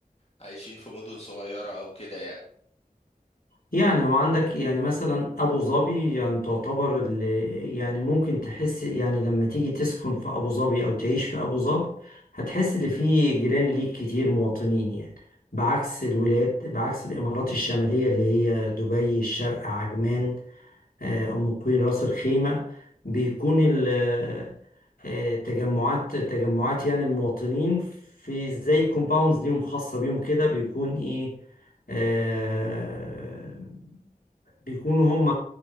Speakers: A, on the left (about 45°); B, on the left (about 70°).
A: عايشين في مدن صغيرة أو كده يعني
B: يعني وعندك يعني مثلا ابو ظبي يعني تعتبر ال- يعني ممكن تحس يعني لما تيجي تسكن في ابو ظبي او تعيش في ابو ظبي هتحس ان في جيران ليك كتير مواطنين يعني بعكس الولايات بعكس الامارات الشمالية اللي هي دبي الشارقة عجمان آه، أم قوين راس الخيمة بيكون ال- آه، آه، تجمعات تجمعات يعني المواطنين في زي كومباوندز ليهم خاصة بيهم كده بيكون إيه آه، بيكونوا هم